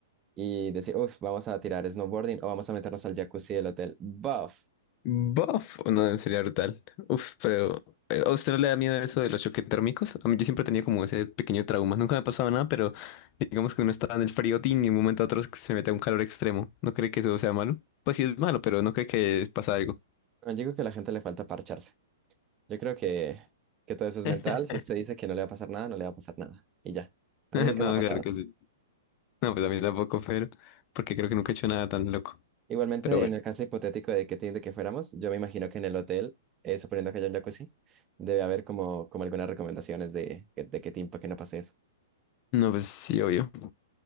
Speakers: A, on the right; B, on the left.
A: y decir, uff, vamos a tirar snowboarding o vamos a meternos al jacuzzi del hotel. Buff.
B: Buff, no, sería brutal. Uf, pero eh, ¿a usted no le da miedo eso de los choques térmicos? A mí yo siempre tenía como ese pequeño trauma. Nunca me ha pasado nada, pero digamos que uno está en el frío tin y de un momento a otro se mete a un calor extremo. ¿No cree que eso sea malo? Pues sí es malo, pero no cree que pasa algo.
A: No, yo digo que a la gente le falta parcharse. Yo creo que, que todo eso es
B: <laughs>
A: mental. Si usted dice que no le va a pasar nada, no le va a pasar nada. Y ya. A
B: <laughs>
A: mí nunca
B: No,
A: me ha pasado.
B: claro que sí. No, pues a mí tampoco, pero porque creo que nunca he hecho nada tan loco.
A: Igualmente,
B: Pero bueno.
A: en el caso hipotético de que tiene que fuéramos, yo me imagino que en el hotel, eh, suponiendo que haya un jacuzzi, debe haber como, como algunas recomendaciones de, de qué team para que no pase eso.
B: No, pues sí, obvio.